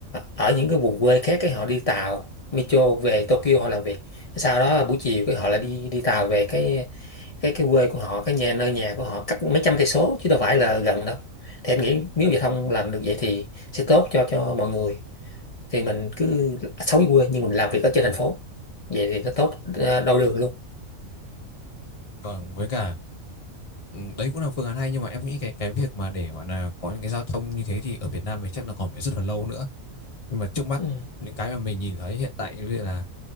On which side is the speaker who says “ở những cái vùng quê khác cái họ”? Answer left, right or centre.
Left